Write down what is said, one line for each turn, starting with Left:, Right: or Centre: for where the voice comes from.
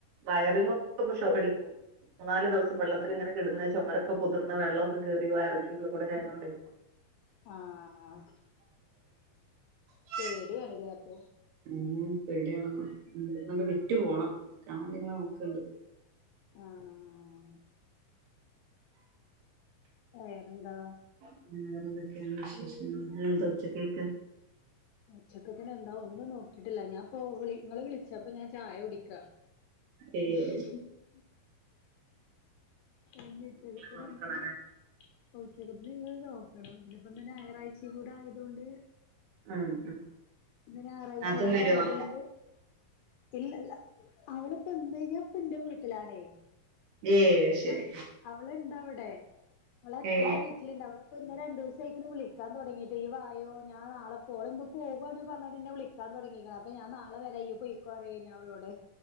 Right: വയറിങ്ങക്കെ ഷോക്കടിക്കും മൂന്നാല് ദിവസം വെള്ളത്തിൽങ്ങനെ കെടന്ന് ചുരൊക്കെ കുതിർന്ന് വെള്ളൊക്കെ കയറി വയറിങ്ങിന്റെ ഉള്ള്കൂടെ ആയതുണ്ടെ
Left: ആഹ്
Right: <unintelligible>
Left: പേടിയണല്ലേ അപ്പൊ
Right: ഉ പേടിയാണന്ന് ഉം അത് വിറ്റു പോണം <unintelligible> നോക്കണ്ട്
Left: ആഹ ആ വേരന്താ
Right: പിന്നെ വേറെ എന്തൊക്കെയാണ് വിശേഷങ്ങള് എന്താ ഉച്ചകേക്ക്
Left: ഉച്ചക്കത്തിന് എന്താ ഒന്നും നോക്കിയിട്ടില്ല ഞാൻ പൊ വിളി നിങ്ങള് വിളിച്ചപ്പ ഞാൻ ചായ കുടിക്ക
Right: ഏ
Left: ഉം ഹും ഹും ഇന്ന് ഉച്ചത്തേക്ക്
Right: നോക്കണല്ലേ
Left: എന്താ? ഉച്ചക്കത്തിന് ഇന്ന് നോക്കണം പിന്നപ്പ തന്നെ ഞായറാഴ്ച കൂടെ ആയത് തൊണ്ട്
Right: ഉം ഉം
Left: ഇന്ന് ഞായറാഴ്ചയും
Right: നാത്തൂൻ
Left: കൂടെ
Right: വരുവോ
Left: ആയതുകൊണ്ട് ഇല്ലല്ല അവളിപ്പോ എന്ന് കഴിഞ്ഞാപ്പന്റെ വീട്ടിലാണേ
Right: ഏ ശരി
Left: അവള് അവളുണ്ട് അവിടെ അവളെ ഹസ്ബൻന്റെ
Right: ഏ
Left: വീട്ടിലണ്ട് അവള് ഇപ്പ പിന്നെ രണ്ട ദിവസ ആയിക്കന്ന് വിളിക്കാൻ തുടങ്ങിട്ട് ഈ വായോ ഞാ നാളെപ്പോളെ ഇന്ന് പോുവാാണ് പറഞ്ഞന്നെ വിളി താൻ തുടങ്ങിക്കണ അപ്പ ഞാൻ നാളെ വരാ ഇയ്യ് പോയ്യിക്കോ റയ്നി ഞാനൊളോട്.